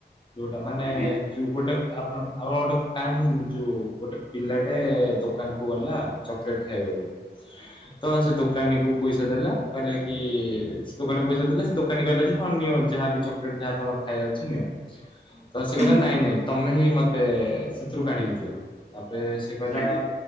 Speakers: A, on the left; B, on the right.
A: ଯୋଉଟା ମାନେ
B: ଆଜ୍ଞା
A: ଯୋଉ ଗୋଟେ ଆପଣ ଆମର ଗୋଟେ କାହାଣି ଯୋଉ ଗୋଟେ ପିଲାଟେ ଦୋ କାନ କୁ ଗଲା ଚକ୍ଲେଟ୍ ଖାଇବାକୁ ତ ସେ ଦୋକାନୀ କୁ ପଇସା ଦେଲା କି ସେ ଦୋକାନକୁ ପଇସା ଦେଲା ସେ ଦୋକାନୀ କହିଲା ଯେ ହଁ ନିଅ ଯାହାବି ଚକଲେଟ ଯାହା ତମର ଖାଇବାର ଅଛି ନିଅ। <inaudible> ତ ସେ
B: ହୁଁ
A: କହିଲା ନାଇଁ ନାଇଁ ତମେ ହିଁ ମତେ ସେଥିରୁ କାଢ଼ିକି ଦିଅ ତାପରେ ସେ କହିଲା
B: ଆଜ୍ଞା